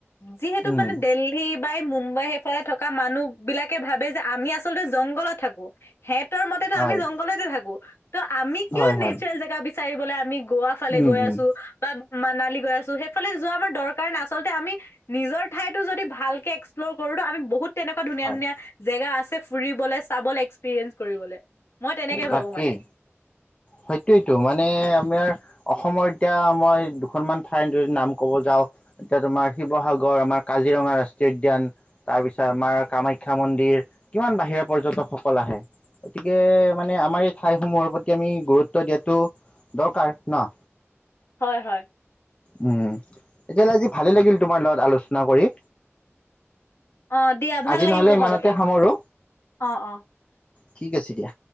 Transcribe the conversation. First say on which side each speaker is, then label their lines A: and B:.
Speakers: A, on the left; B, on the left.
A: যিহেতু
B: উম
A: মানে দেলহি বাই মুম্বাই সেইফালে থকা মানুহ বিলাকে ভাবে যে আমি আছ চলতে জংঘলত থাকো হেতৰ মতেতো
B: হয়
A: আমি জংঘলতে থাকো ত আমি কিয়
B: হয় হয়
A: নেচৰেল জেগা বিচ চাৰিবলে আমি গৱা ফালে
B: উম
A: গৈ
B: উম
A: আছো বা মানালী গৈ আছো সেইফালে যোৱা আমাৰ দৰ কাৰণ আচলতে আমি নিজৰ ঠাইতো যদি ভালকে এক্সপ্ল'ৰ কৰো ন আমি বহুত তেনেকুৱা ধুনীয়া
B: হয়
A: ধুনীয়া জেগা আছে ফুৰিবলে চাবলে এক্সপিৰিয়েঞ্চ কৰিবলে মই তেনেকে
B: তাকেই
A: ভাবো মানে
B: সইটোৱেইটো মানে আমাৰ অসমৰ এতিয়া মই দু খনমান ঠাই যদি নাম ক'ব যাওঁ এতিয়া তোমাৰ শিৱসাগৰ আমাৰ কাজিৰঙা ৰাষ্ট্ৰীয় উদ্যান তাৰ পিছত আমাৰ কামাখ্যা মন্দিৰ কিমান বাহিৰা পৰ্যটকসকল আহে গতিকে মানে আমাৰ এই ঠাইসমূহৰ প্ৰতি আমি গুৰুত্ব দিয়াটো দৰকাৰ ন?
A: হয়, হয়।
B: উম তেতিয়াহ'লে আজি ভালেই লাগিল তোমাৰ লগত আলোচনা কৰি
A: অ' দিয়া ভাল
B: আজি
A: লাগিল
B: নহ'লে
A: কথা
B: ইমানতে
A: পাতি
B: সামৰো
A: অ', অ।
B: ঠিক আছে দিয়া